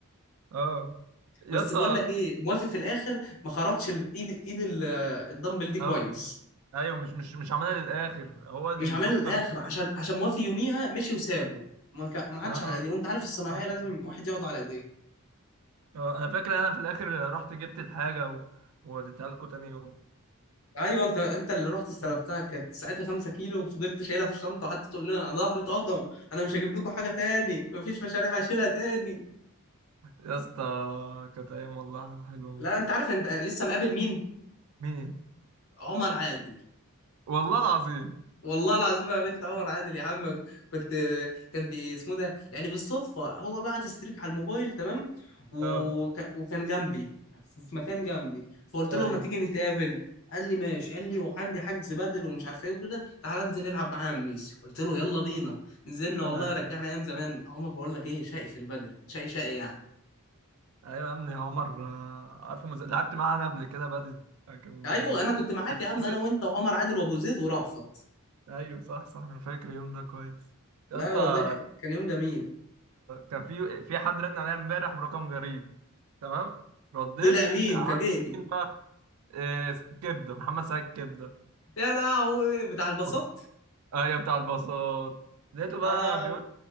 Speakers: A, on the right; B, on the left.
A: اه يا
B: بس
A: اسطى
B: بقول لك ايه موافي في الاخر ما خرطش ال- ايد ايد ال- الدمبل دي كويس
A: اه ايوه مش مش مش عملها للاخر هو الدكتور
B: مش عاملها للاخر عشان عشان موافي يوميها مشي وسابه ما كا- ما عادش
A: اه
B: على
A: اه
B: ايديه وانت عارف الصناعيه
A: آه.
B: لازم
A: كان-
B: واحد يقعد على ايديه
A: آه، انا فاكر انا في الاخر رحت جبت الحاجه و- ووديتها لكم تاني يوم
B: ايوه انت انت اللي رحت استلمتها
A: <laughs>
B: كانت ساعتها 5 كيلو وفضلت شايلها في الشنطه وقعدت تقول لنا انا ظهري اتقطم انا مش هجيب لكم حاجه تاني مفيش مشاريع هشيلها تاني
A: يا اسطى كانت ايام والله حلوه
B: لا انت عارف انت أنا لسه مقابل مين
A: مين
B: عمر عادل
A: والله العظيم
B: والله العظيم ما قابلت عمر عادل يا عم كنت كان دي اسمه ده يعني بالصدفه هو بعت ستريك على الموبايل تمام وك...
A: اه
B: وكان جنبي في مكان جنبي فقلت
A: ايوه
B: له ما تيجي نتقابل قال لي ماشي قال لي وعندي حجز بدل ومش عارف ايه وكده تعالى انزل العب معايا يا ميسي قلت له يلا بينا نزلنا
A: تمام
B: والله رجعنا ايام زمان عمر بقول لك ايه شقي في البدل شقي شقي يعني
A: ايوه يا ابني عمر آه، عارفه مز... لعبت معانا قبل كده بدت كان
B: ايوه
A: يعني
B: انا كنت معاك يا عم
A: حصل
B: انا وانت وعمر عادل وابو زيد ورأفت
A: ايوه صح صح انا فاكر اليوم ده كويس يا
B: لا
A: اسطى
B: والله ك- كان يوم جميل
A: كان في في حد رن عليا امبارح من رقم غريب تمام رديت
B: طلع مين
A: عارف
B: فاجئني
A: مين بقى إيه... كبده محمد سعيد كبده
B: يا لهوي بتاع البساطة
A: قلت- ايوه بتاع الباصات لقيته بقى
B: انا
A: بيقول